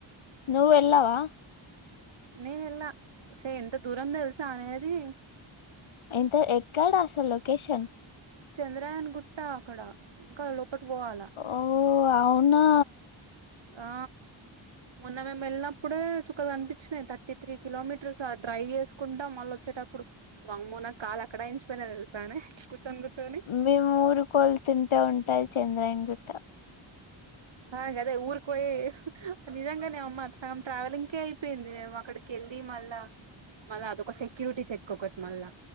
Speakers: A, on the left; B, on the right.
A: నువ్వ్ వెళ్ళవా
B: నేనెళ్ళా ఒసే ఎంత దూరం దెల్సా అనే అదీ
A: ఎంత ఎక్కడసల్ లొకేషన్
B: చంద్రాఅయాన్ గుట్ట అక్కడ ఇంకా లోపట్ బోవాల
A: ఓ అవునా
B: ఆ మొన్న మేమ్ వెళ్నప్పుడు చుక్కల్ గన్పిచ్చినాయ్ థర్టీ త్రీ కిలోమీటర్స్ ఆ డ్రైవ్ జేస్ కుంటాం మళ్ళ వొచ్చేటప్పుడు వామ్మో నా కాలు అక్కడే ఇంచిపోయినాయ్ దెల్సా నె కూచ్చోన్ గుచ్చొ
A: మేమ్ ఊరు కెళ్తుంటే ఉంటాయ్ చంద్రాయన్ గుట్ట
B: ఆ గదే ఊరికి పోయి నిజంగానే అమ్మ సగం ట్రావెలింగ్ కే అయిపేంది మేమ్ అక్కడి కెళ్ళి మళ్లా మళ్ళా అదొక సెక్యూరిటీ చెక్కొకటి మళ్ళా